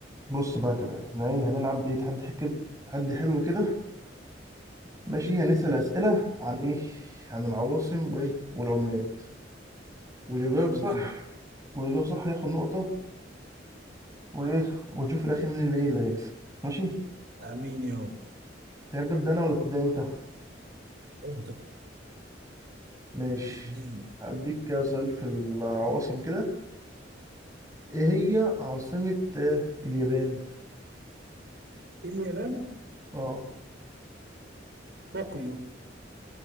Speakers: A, on the right (about 20°); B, on the right (about 60°).
A: بص بقى كده احنا ايه هنلعب بيه تحدي حك- كده تحدي حلو كده ماشي هنسأل أسئلة عن ايه عن العواصم وايه والعملات واللي يجاوب
B: حلو
A: صح
B: جدا
A: واللي يجاوب صح هياخد نقطة وايه ونشوف في الأخير مين اللي ايه اللي هيكسب ماشي
B: امين يابا
A: تحب أبدأ أنا ولا تبدأ أنت
B: ابدا
A: ماشي
B: اديني
A: هديك كده سؤال في العواصم كده ايه هي عاصمة آه، اليابان
B: اليابان
A: اه
B: طوكيو